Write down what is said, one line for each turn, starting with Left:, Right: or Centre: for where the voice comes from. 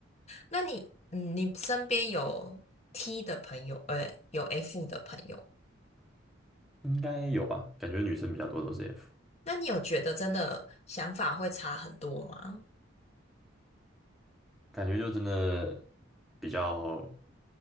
Left: 那你，嗯，你身边有 T 的朋友，呃，有 F 的朋友，
Centre: 应该有吧？感觉女生比较多都是 F，
Left: 那你有觉得真的想法会差很多吗？
Centre: 感觉就真的比较